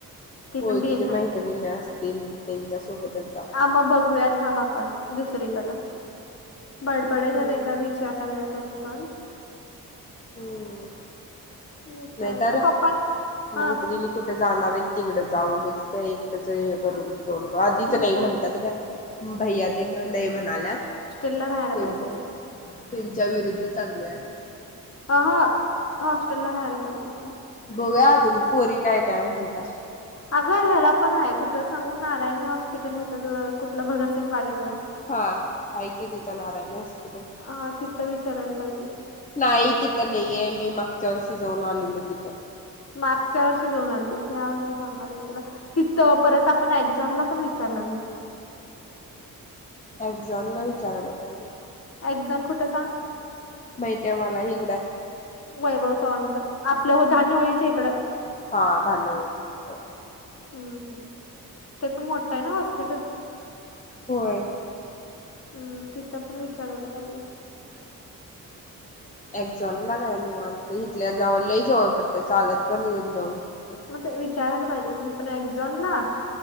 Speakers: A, on the left; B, on the left.
A: ती
B: ओळकीचे
A: पण बी एच्या
B: मैत्रीिणी असत त्यांच्या सोबतच जाऊ
A: हा मग बघूया थांब आपण दुसरीकड बडबड्याच्यात
B: हम्म
A: एकदा विचार करया तरी पण
B: हम्म
A: विचारूया
B: नाहीतर
A: पप्पा हा
B: मैत्रिणी कुठे जाणार आहे तिकडं जावगच काय एकट्याच हे करून आधीच
A: मैत्रीण
B: नाही म्हणतात का भैया ते नाही म्हणाल्यात
A: ला राहायला
B: त्यांच्या
A: पाहिजे असतो
B: त्यांच्या विरुद्ध चांललय आधीच
A: ह ह हॉस्टेल ला राहायला पाहिजेस मग,
B: बघुया अजून पोरी काय काय म्हणतात?
A: अगं ह्याला पण आहे कुठं सांगू नारायणी हॉस्पिटल ह्याच्याजवळ कुठलं भगतसिंग बागेजवळ,
B: हा हाय की तिथं नारायण हॉस्पिटल
A: अ तिथं विचारायला पाहिजे
B: नाही तिथं नाहीये मी मागच्या वर्षी जाऊन आलेलो तिथं
A: मागच्या वर्षी जाऊन आली तस या वर्षी सांग तिथ परत आपण एक्झमला पण विचारलं नाही
B: एक जणना विचारायला पाहिजे
A: एझन कुठेसा
B: माहित आहे मला हकडं
A: वैभव चव्हाणचं आपलं हो धान्य व्हाळीच <unintelligible> इकडं
B: हा धान्य मिळच तर <unintelligible>
A: हम्म ते पण मोठा आहे ना हॉस्पिटल,
B: होय!
A: हम्म तिथ पण विचारायला पाहिजे,
B: एक्झाॅनला काय निवांत इथल्या लय जवळ पडतं चालत पण येऊन जाऊ शकते.
A: मग विचारायला पाहिजे क पण एक्झाॅनला